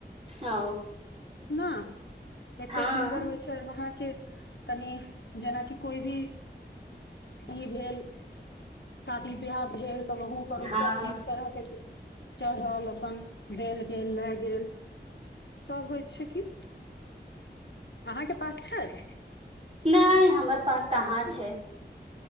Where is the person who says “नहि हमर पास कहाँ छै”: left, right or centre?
Right